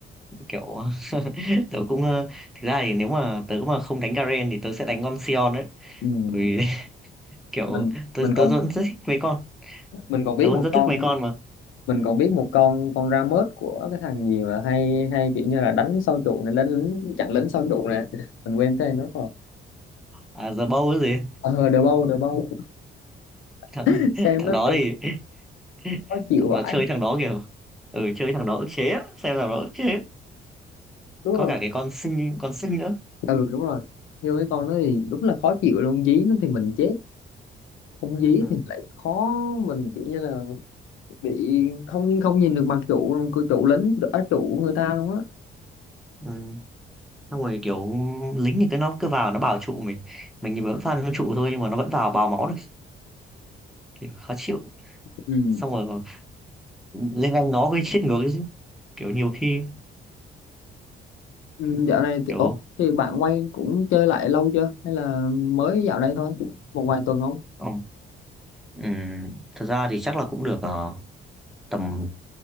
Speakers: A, in the centre; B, on the left.
A: kiểu <laughs> tớ cũng ờ, thực ra thì nếu mà tớ mà không đánh Garen thì tớ sẽ đánh con Sion đấy
B: ừ.
A: Bởi vì <laughs> kiểu
B: mình
A: tớ
B: mình còn
A: tớ vẫn rất thích mấy con
B: mình còn biết
A: tớ
B: một
A: vẫn rất
B: con
A: thích mấy con mà
B: mình còn biết một con con ra mớt của cái thằng gì mà hay hay kiểu như là đánh sâu trụ này đánh lính chặn lính sâu trụ nè mình quên tên nó rồi
A: à giờ bâu cái gì
B: ờ đờ bâu đờ bâu
A: thằng
B: <laughs>
A: <laughs>
B: xem
A: thằng
B: nó
A: đó
B: thì
A: thì <laughs>
B: khó chịu
A: thằng
B: vãi
A: đó chơi thằng đó kiểu ừ chơi thằng đó ức chế á, xem thằng đó ức chế
B: đúng
A: có
B: rồi
A: cả cái con sinh con sinh nữa
B: ừ đúng rồi nhưng cái con nó thì đúng là khó chịu luôn dí nó thì mình chết không dí
A: ừ.
B: thì lại khó mình kiểu như là bị không không nhìn được mặt trụ cửa trụ lính ở trụ người ta luôn á
A: Ừ. xong rồi kiểu lính thì cái nó cứ vào nó bảo trụ mình mình thì vẫn farm cho trụ thôi nhưng mà nó vẫn vào bào máu được kiểu khó chịu
B: ừ
A: xong rồi Lên Anh nó gây chết ngược đấy chứ kiểu nhiều khi
B: Ừ, dạo này thì,
A: kiểu
B: ủa, thì bạn quay cũng chơi lại lâu chưa hay là mới dạo đây thôi một vài tuần không
A: ờ, ừm, thật ra thì chắc là cũng được ờ, tầm